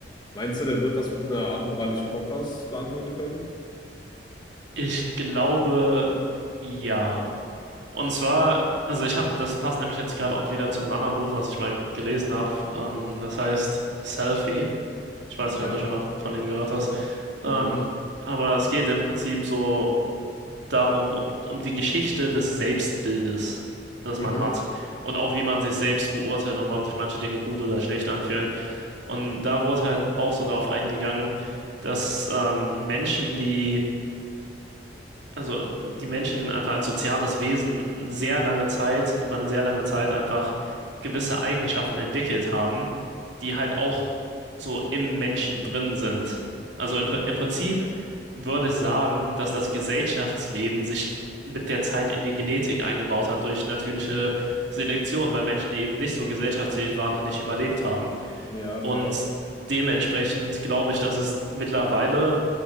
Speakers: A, on the left; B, on the right.
A: Meinst du, der wird das mit einer Art moralischen Kompass beantworten können?
B: Ich glaube, ja. Und zwar, also ich habe, das passt nämlich jetzt gerade auch wieder zu einem anderen Buch, was ich mal gelesen habe. Ähm, das heißt Selfie. Ich weiß
A: Ja,
B: nicht, ob du schon mal von dem gehört hast. Ähm,
A: noch nicht.
B: aber es geht im Prinzip so darum, um, um die Geschichte des Selbstbildes, das
A: Mhm.
B: man hat. Und auch wie man sich selbst beurteilt und warum sich manche Dinge gut oder schlecht anfühlen. Und da wurde halt auch so darauf eingegangen, dass ähm, Menschen, die, also die Menschen einfach als soziales Wesen sehr lange Zeit, über eine sehr lange Zeit einfach gewisse Eigenschaften entwickelt haben, die halt auch so im Menschen drin sind. Also im, Pri- im Prinzip würde ich sagen, dass das Gesellschaftsleben sich mit der Zeit in die Genetik eingebaut hat durch natürliche Selektion, weil Menschen, die eben nicht so gesellschaftsfähig waren, halt nicht überlebt haben.
A: Ja,
B: Und
A: fair.
B: dementsprechend glaube ich, dass es mittlerweile,